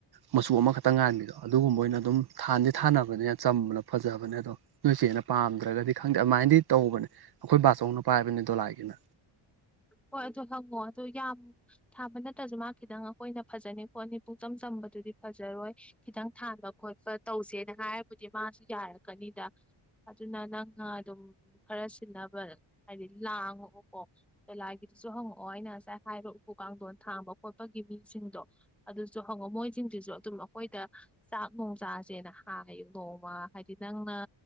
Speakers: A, on the right (about 50°); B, in the centre.
A: ꯃꯆꯨ ꯑꯃꯈꯛꯇꯪ ꯉꯥꯟꯕꯤꯗꯣ ꯑꯗꯨꯒꯨꯝꯕ ꯑꯣꯏꯅ ꯑꯗꯨꯝ ꯊꯥꯟꯗꯤ ꯊꯥꯅꯕꯅꯤꯅ ꯆꯝꯕꯅ ꯐꯖꯕꯅꯦ ꯑꯗꯣ ꯅꯣꯏ ꯆꯦꯅ ꯄꯥꯝꯗ꯭ꯔꯒꯗꯤ ꯈꯪꯗꯦ ꯑꯗꯨꯃꯥꯏꯅꯗꯤ ꯇꯧꯕꯅꯦ ꯑꯩꯈꯣꯏ ꯕꯥꯆꯧꯅ ꯄꯥꯏꯕꯅꯦ ꯗꯣꯂꯥꯏꯒꯤꯅ
B: ꯍꯣꯏ ꯑꯗꯨ ꯍꯪꯉꯣ ꯑꯗꯨ ꯌꯥꯝ ꯊꯥꯕ ꯅꯠꯇ꯭ꯔꯁꯨ ꯃꯥ ꯈꯤꯇꯪ ꯑꯩꯈꯣꯏꯅ ꯐꯖꯅꯤ ꯈꯣꯠꯅꯤ ꯄꯨꯨꯡꯆꯝ ꯆꯝꯕꯗꯨꯗꯤ ꯐꯖꯔꯣꯏ ꯈꯤꯇꯪ ꯊꯥꯟꯕ ꯈꯣꯠꯄ ꯇꯧꯁꯦꯅ ꯍꯥꯏꯔꯕꯨꯗꯤ ꯃꯥꯁꯨ ꯌꯥꯔꯛꯀꯅꯤꯗ ꯑꯗꯨꯅ ꯅꯪꯅ ꯑꯗꯨꯝ ꯈꯔ ꯁꯤꯟꯅꯕ ꯍꯥꯏꯗꯤ ꯂꯥꯡꯉꯛꯑꯣꯀꯣ ꯀꯂꯥꯏꯒꯤꯗꯨꯁꯨ ꯍꯪꯉꯛꯑꯣ ꯑꯩꯅ ꯉꯁꯥꯏ ꯍꯥꯏꯔꯤꯕ ꯎꯄꯨ ꯀꯥꯡꯊꯣꯟ ꯊꯥꯡꯕ ꯈꯣꯠꯄꯒꯤ ꯃꯤꯁꯤꯡꯗꯣ ꯑꯗꯨꯁꯨ ꯍꯪꯉꯛꯑꯣ ꯃꯣꯏꯁꯤꯡꯁꯤꯁꯨ ꯑꯗꯨꯝ ꯑꯩꯈꯣꯏꯗ ꯆꯥꯛ ꯣꯡ ꯆꯥꯁꯦꯅ ꯍꯥꯏ ꯅꯣꯡꯃ ꯍꯥꯏꯗꯤ ꯅꯪꯅ